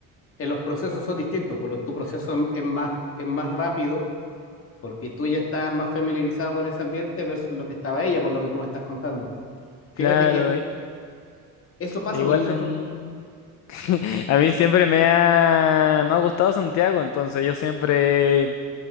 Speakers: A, on the left (about 40°); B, on the left (about 55°).
A: eh, los procesos son distintos, pero tu proceso es es más, es más rápido porque tú ya estás más familiarizado con ese ambiente versus lo que estaba ella, por lo que tú me estás contando. Fíjate
B: Claro,
A: que
B: eh,
A: eso pasa
B: e igual
A: porque nosotros
B: a mí. <laughs> A mí siempre me ha, me ha gustado Santiago, entonces yo siempre